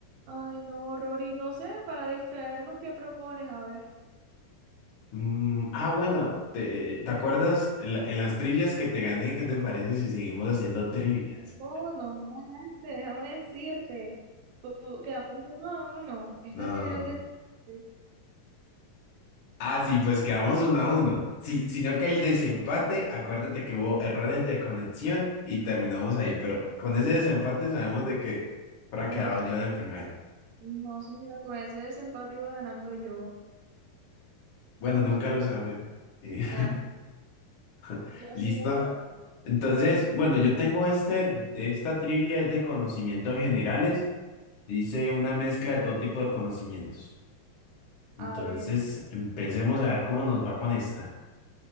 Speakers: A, on the right; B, on the left.
A: Ay, no, Rory, no sé, para distraernos, ¿qué propones? A ver.
B: Mm, ah, bueno, ¿te, te acuerdas en, la- en las trivias que te gané? ¿Qué te parece si seguimos haciendo trivias?
A: No, no me ganaste, déjame decirte. Tú- quedamos uno a uno. Este
B: No,
A: sería
B: no, no.
A: el desempate.
B: Ah, sí, pues quedamos uno a uno. Sí, sino que el desempate, acuérdate que hubo errores de conexión y terminamos ahí, pero con ese desempate
A: No,
B: sabemos de que habrá
A: no,
B: quedado
A: se-
B: yo de primero.
A: no, señora, con ese desempate iba ganando yo.
B: Bueno, nunca lo sabremos. Eh,
A: Ah,
B: <laughs>
A: yo
B: ¿listo?
A: sí lo sabré.
B: Entonces,
A: A ver,
B: bueno, yo tengo este, esta trivia es de conocimientos generales. Dice una mezcla de todo tipo de conocimientos. Entonces,
A: a ver,
B: empecemos a ver cómo nos va con esta.